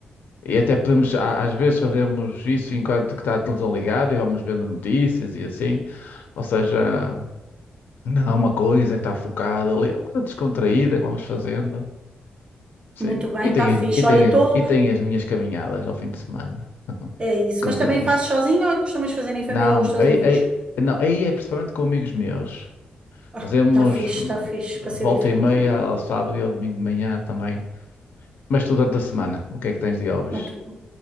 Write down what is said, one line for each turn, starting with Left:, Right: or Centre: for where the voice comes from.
Left: E até podemos, a- às vezes fazemos isso enquanto que está a televisão ligada e vamos vendo notícias e assim. Ou seja, ainda há uma coisa que está focada ali, é uma coisa descontraída que vamos fazendo. Sim.
Right: Muito bem,
Left: E
Right: está
Left: tem,
Right: fixe.
Left: as- e tem,
Right: Olha, estou.
Left: as- e tem as minhas caminhadas ao fim de semana <laughs>
Right: É isso,
Left: com
Right: mas
Left: os
Right: também
Left: amigos.
Right: fazes sozinho ou costumas fazer em família
Left: Não,
Right: ou com os teus
Left: aí,
Right: amigos?
Left: aí- não, aí é principalmente com amigos meus. Fazemos
Right: Ah, Está fixe,
Left: hum,
Right: está fixe, para ser
Left: volta
Right: diferente
Left: e meia
Right: também.
Left: ao sábado e ao domingo de manhã também. Mas tu durante a semana, o que é que tens de hobbies?
Right: Muito bom.